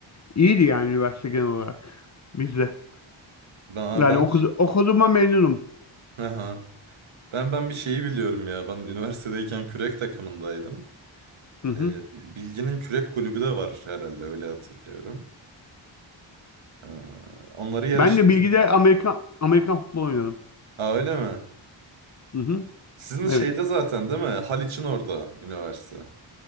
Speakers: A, on the left; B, on the right.
A: iyiydi yani üniversite genel olarak bizde.
B: Ben
A: Yani
B: ben
A: okudu, okuduğuma memnunum.
B: aha. Ben ben bir şeyi biliyorum ya. Ben üniversitedeyken kürek takımındaydım.
A: Hı hı.
B: Ee, Bilgi'nin kürek kulübü de var herhalde öyle hatırlıyorum. Ee, onları yarışa
A: Ben de bilgide Amerikan Amerikan futbol oynadım.
B: Aa öyle mi?
A: Hı hı.
B: Sizin
A: Evet.
B: şeyde zaten değil mi? Haliç'in orada üniversite.